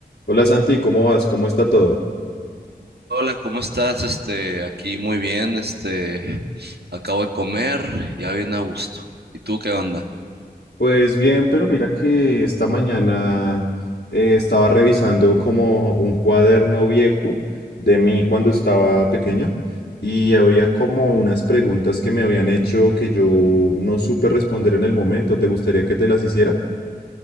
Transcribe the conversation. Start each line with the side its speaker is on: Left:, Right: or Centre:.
Left: Hola Santi, ¿cómo vas? ¿Cómo está todo?
Right: Hola, ¿cómo estás? Este, aquí muy bien, este, acabo de comer, ya bien a gusto. ¿Y tú qué onda?
Left: Pues bien, pero mira que esta mañana eh, estaba revisando como un cuaderno viejo de mí cuando estaba pequeño y había como unas preguntas que me habían hecho que yo no supe responder en el momento. ¿Te gustaría que te las hiciera?